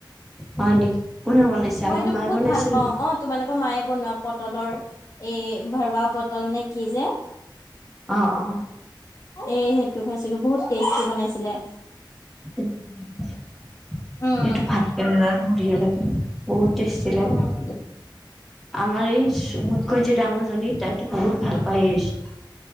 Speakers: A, in the centre; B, on the left.
A: হয় নেকি কোনে বনাইছে
B: মই
A: আমাৰ
B: এইটো
A: মায়ে
B: বহুত
A: বনাইছিলে
B: ভাল পাওঁ অ তোমালোকৰ মায়ে বনোৱা পটলৰ এই ভৰোৱা পতল নে কি যে
A: অ অ
B: এই সেইটো খাইছিলো বহুত টেষ্টি বনাইছিলে।
A: এইটো
B: উম
A: ভাত কেৰেলাৰ বঢ়িয়া লাগে। বহুত টেষ্টি লাগ
B: অ'
A: আমাৰ এই মুটকৈ যে ডাঙৰ জনি তাইতো বহুত ভাল পাই এই